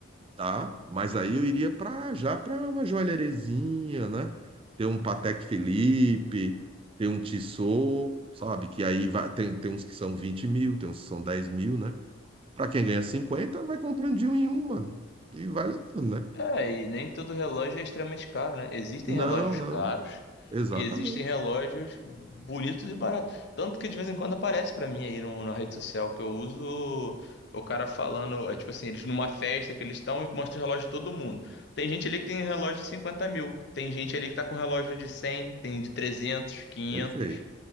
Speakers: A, on the right (about 30°); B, on the left (about 55°).
A: dá, mas aí eu iria para já para uma joalherezinha, né? Ter um Patek Philippe, ter um Tissot, sabe? Que aí vai, tem, tem uns que são 20 mil, tem uns que são 10 mil, né? Para quem ganha 50 vai comprando de um em um, mano. E vai levando, né?
B: É, e nem todo relógio é extremamente caro, né? Existem
A: Não,
B: relógios
A: não.
B: caros
A: Exatamente.
B: e existem relógios bonitos e baratos. Tanto que de vez em quando aparece pra mim aí no, na rede social que eu uso o cara falando, é tipo assim, eles numa festa que eles estão e mostra o relógio de todo mundo. Tem gente ali que tem relógio de 50 mil, tem gente ali que tá com relógio de cem, tem de trezentos, quinhentos.
A: Perfeito.